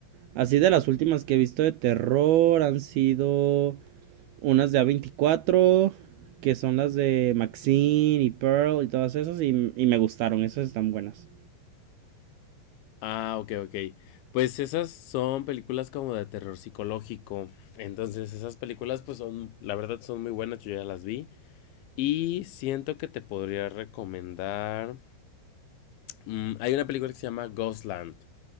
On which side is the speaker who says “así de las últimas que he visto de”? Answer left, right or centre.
Right